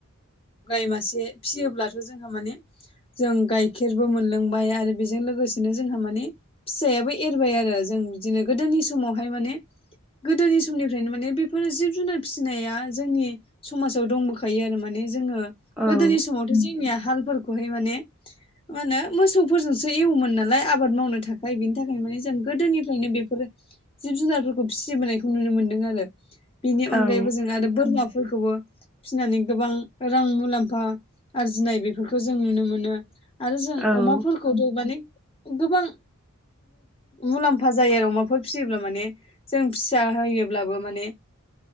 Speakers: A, on the left; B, in the centre.
A: गाय मासे फिसियोब्लाथ' जोंहा माने जों गाइखेरबो मोनलोंबाय आरो बेजों लोगोसेनो जोंहा माने फिसायाबो एरबाय आरो जों बिदिनो गोदोनि समावहाय माने गोदोनि समनिफ्रायनो माने बेफोर जिब-जुनार फिनाया जोंनि समाजाव दंबोखायो आरो माने जोङो
B: औ
A: गोदोनि समावथ' जोंनिया हालफोरखौहाय माने मा होनो मोसौफोरजोंसो एवोमोन नालाय आबाद मावनो थाखाय बिनि थाखायनो माने जों गोदोनिफ्रायनो बेफोर जिब जुनारफोरखौ फिसिबोनायखौ नुनो मोनदों आरो। बिनि अनगायैबो
B: औ
A: जों आरो बोरमाफोरखौबो फिनानै गोबां रां मुलाम्फा आरजिनाय बेफोरखौ जों नुनो मोनो आरो जों
B: औ औ
A: अमा फोर खौथ' माने गोबां मुलाम्फा जायो आरो अमाफोर फिसियोब्ला माने जों फिसा होयोब्लाबो माने